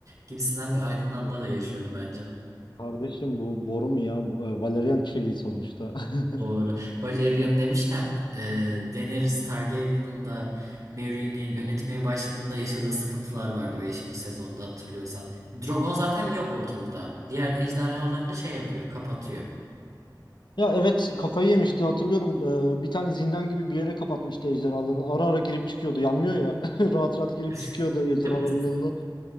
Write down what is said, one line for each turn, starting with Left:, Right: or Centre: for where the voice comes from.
Right: gibisinden bir aydınlanma
Left: E,
Right: da yaşıyordu bence.
Left: Kardeşim bu boru mu ya? Bu, e, Valerian çeliği sonuçta. <laughs>
Right: Doğru. Valerian demişken e, Daenerys Targaryen'ın da Merry'ni yönetmeye başladığında yaşadığı sıkıntılar vardı beşinci sezonda hatırlıyorsan. Drogon zaten yok ortalıkta. Diğer ejderhalarını da şey yapıyor, kapatıyor.
Left: Ya evet kafayı yemişti hatırlıyorum. Ee, bir tane zindan gibi bir yere kapatmıştı ejderhalarını. Ara ara girip çıkıyordu. Yanmıyor ya. <laughs> Rahat rahat girip
Right: <laughs>
Left: çıkıyordu ejderhaların
Right: Evet.
Left: yanına.